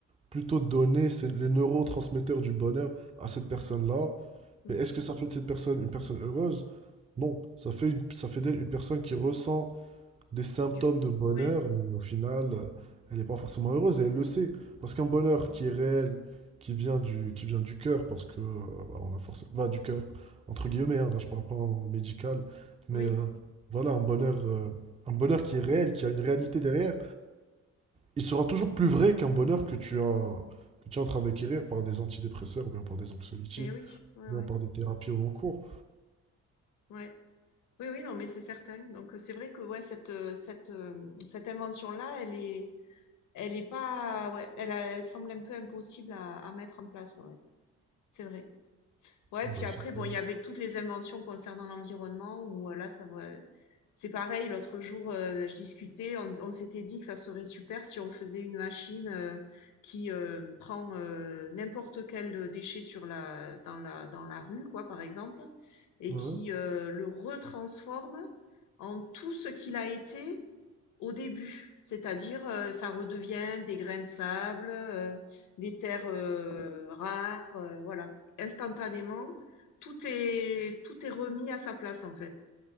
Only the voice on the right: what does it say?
plutôt donner ces- les neurotransmetteurs du bonheur à cette personne-là
Mais est-ce que ça fait de cette personne une personne heureuse? Non, ça fait, une- ça fait d'elle une personne qui ressent des symptômes
de bonheur,
mais au final, euh, elle n'est pas forcément heureuse et elle le sait. Parce qu'un bonheur qui est réel, qui vient du, qui vient du cœur, parce que euh, bah, on a forcément bah, du cœur, entre guillemets, hein, là je parle pas en médical,
mais euh, voilà, un bonheur, euh, un bonheur qui est réel, qui a une réalité derrière, il sera toujours plus vrai qu'un bonheur que tu as, que tu es en train d'acquérir par des antidépresseurs ou bien par des anxiolytiques,
ou
bien par des thérapies au long cours.
Bah,
c'est
clair.
Ouais.